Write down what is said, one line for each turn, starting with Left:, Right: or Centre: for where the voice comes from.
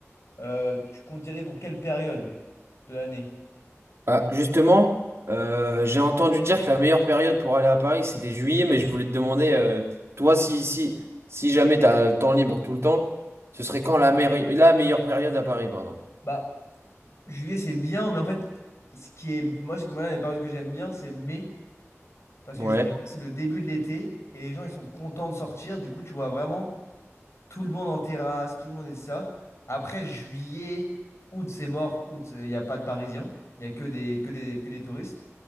Left: euh, tu comptes y aller pour quelle période de l'année?
Right: Bah, justement, euh, j'ai entendu dire que la meilleure période pour aller à Paris, c'était juillet, mais je voulais te demander, euh, toi, si, si, si jamais tu as le temps libre tout le temps, ce serait quand la, meilleure la meilleure période à Paris, pardon.
Left: Bah, juillet, c'est bien, mais en fait, ce qui est. Moi, ce que- moi, les périodes que j'aime bien, c'est mai. Parce
Right: Ouais,
Left: que justement, c'est le début de l'été et les gens, ils sont contents de sortir. Du coup, tu vois vraiment. Tout le monde en terrasse, tout le monde est ça. Après, juillet, août, c'est mort. Août, euh, il n'y a pas de Parisiens. Il n'y a que des, que des, que des touristes.